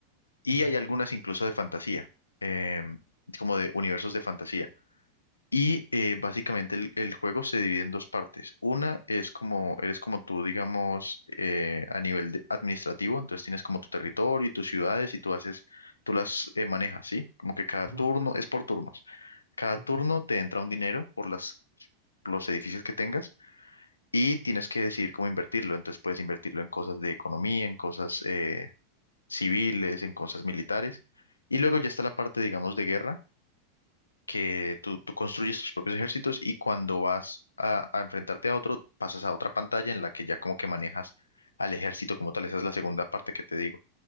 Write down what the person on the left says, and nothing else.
Y
hay algunas incluso de fantasía, em, como de universos de fantasía. Y eh, básicamente el, el juego se divide en dos partes. Una es como, eres como tú, digamos, eh, a nivel de- administrativo, entonces tienes como tu territorio y tus ciudades y tú haces, tú las eh, manejas, ¿sí? Como que cada
turno, es por turnos. Cada
turno te entra un dinero por las, los edificios que tengas y tienes que decidir cómo invertirlo. Entonces puedes invertirlo en cosas de economía, en cosas eh, civiles, en cosas militares. Y luego ya está la parte, digamos, de guerra que tú, tú construyes tus propios ejércitos y cuando vas a, a enfrentarte a otro, pasas a otra pantalla en la que ya como que manejas al ejército como tal. Esa es la segunda parte que te digo.